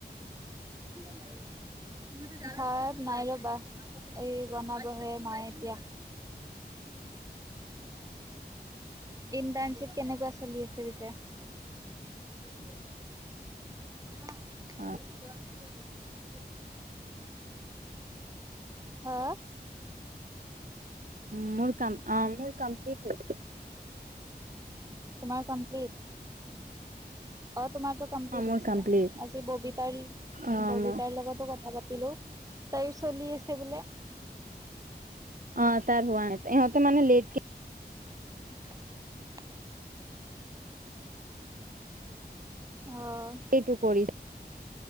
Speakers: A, on the right (about 20°); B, on the right (about 55°).
A: ভাত নাই ৰবা। এই বনাবহে মায়ে এতিয়া। ইণ্টাৰ্ণশ্বিপ কেনেকুৱা চলি আছে পিছে। কা তুমি
B: অ
A: বেছি গৰম দিলিে দেচোন নাই <unintelligible> হা?
B: উম, মোৰ কম মোৰ কমপ্লিট হৈ গল।
A: তোমাৰ কমপ্লিট। অ, তোমাৰটো কমপ্লিট
B: অ মোৰ
A: হৈছে
B: কমপ্লিট
A: আজি ববিতাৰ-ববিতাৰ
B: অ মোৰ
A: লগতো কথা পাতিলো। তাইয়ো চলি আছে বোলে।
B: অ, তাৰ হোৱা ন ইহতে মান লেট
A: <inaudible> অ',
B: এইটো কৰিছ